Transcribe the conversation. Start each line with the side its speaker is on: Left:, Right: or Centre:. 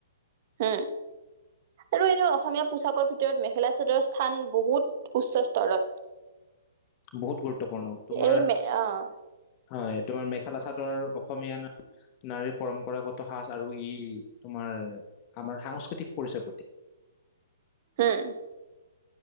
Right: উম আৰু এনে অসমীয়া পোছাকৰ ভিতৰত মেখেলা চাদৰ স্থান বহুত উচ্চ স্তৰত
Left: বহুত গুৰুত্বপূৰ্ণ তোমাৰ
Right: এই
Left: হয়
Right: মে অ'।
Left: তোমাৰ মেখেলা চাদ ৰ অসমীয়া নাৰীৰ পৰম্পৰাগত সাজ আৰু ই তোমাৰ আমাৰ সাংস্কৃতিক পৰিচয়ৰ প্ৰতি
Right: হম